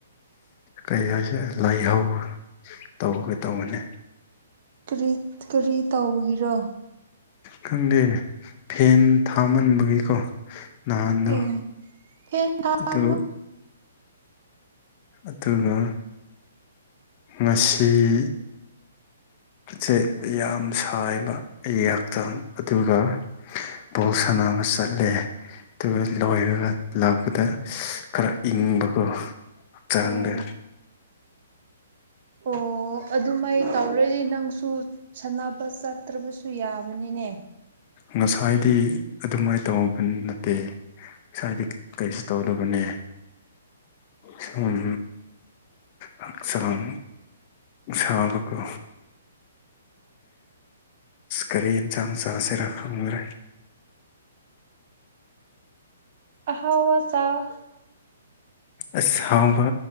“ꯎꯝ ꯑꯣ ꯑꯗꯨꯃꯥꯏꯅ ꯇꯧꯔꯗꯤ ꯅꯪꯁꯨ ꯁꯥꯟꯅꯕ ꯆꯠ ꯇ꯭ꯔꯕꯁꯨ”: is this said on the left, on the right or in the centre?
Right